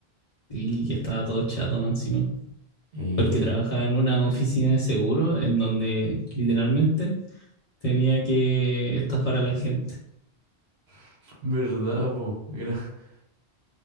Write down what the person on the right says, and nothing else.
eh,
<laughs> Verdad, po. Era- <laughs>